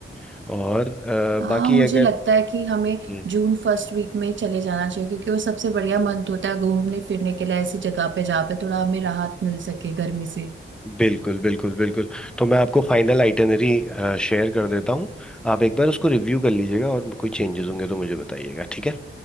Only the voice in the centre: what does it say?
हैं और
अ, बाकी
अगर
हम्म,
बिल्कुल बिल्कुल बिल्कुल तो मैं आपको फाइनल आइटनरी शेयर कर देता हूँ आप एक बार उसको रिव्यू कर लीजिएगा और कोई चेंजेस होंगे तो मुझे बताइएगा ठीक है